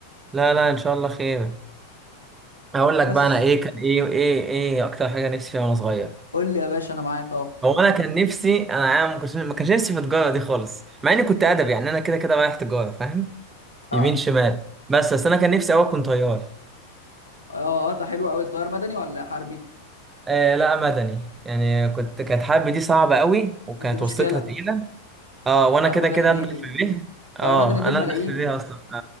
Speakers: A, on the right (about 15°); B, on the left (about 80°).
A: لا لا ان شاء الله خير هقول
B: بس
A: لك بقى انا ايه كان ايه ايه ايه اكتر حاجه نفسي فيها وانا صغير
B: قول لي يا باشا انا معاك اهو
A: هو انا كان نفسي انا عام- ما كنتش ما كانش نفسي في التجاره دي خالص مع اني كنت ادبي يعني انا كده كده رايح تجاره فاهم
B: اه
A: يمين شمال بس بس انا كان نفسي اوي اكون طيار
B: اه ده حلو قوي طيار مدني ولا حربي
A: آه لا مدني يعني كنت كانت حرب دي صعبه قوي وكانت
B: بس دي مشكله
A: وسطتها تقيله اه وانا
B: طيار
A: كده
B: مدني
A: كده
B: دي
A: اندخ في بيه
B: طيار
A: اه
B: مدني دي
A: انا
B: بملايين
A: اندخ في بيه اصلا اه